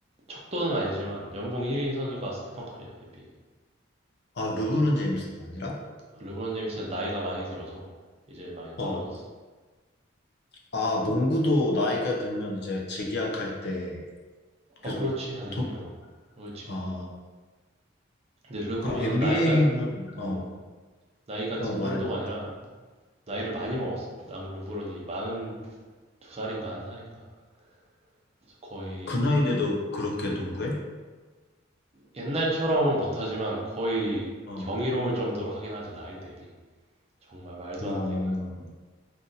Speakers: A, on the right; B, on the left.
A: 척도는 아니지만 연봉 1위 선수가 스테판 커리야 NBA.
B: 아, 르브론 제임스가 아니라?
A: 르브론 제임스는 나이가 많이 들어서 이제 많이 떨어졌어.
B: 어. 아, 농구도 나이가 들면 이제 재계약할 때
A: 어,
B: 계속
A: 그렇지 당연히
B: 돈,
A: 어. 어, 그렇지
B: 아,
A: 그지. 근데 르브론은
B: 그 NBA는,
A: 나이가 어
B: 어,
A: 나이가
B: 어,
A: 든
B: 말해,
A: 정도가
B: 말해.
A: 아니라 나이를 많이 먹었어. 난 르브론이 42살인가 1살인가 그래서 거의
B: 그 나이인데도 그렇게 농구해?
A: 옛날처럼은 못하지만 거의
B: 어.
A: 경이로울 정도로 하긴 하지 나이 대비 정말 말도
B: 어,
A: 안 되게